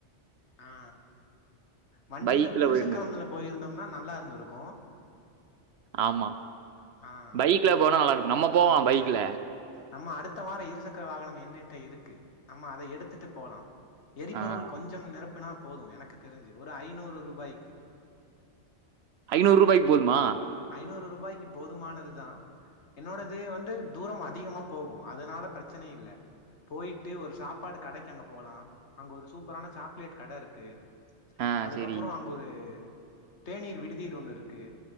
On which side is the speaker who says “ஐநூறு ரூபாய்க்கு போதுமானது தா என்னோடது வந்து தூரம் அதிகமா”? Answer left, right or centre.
Left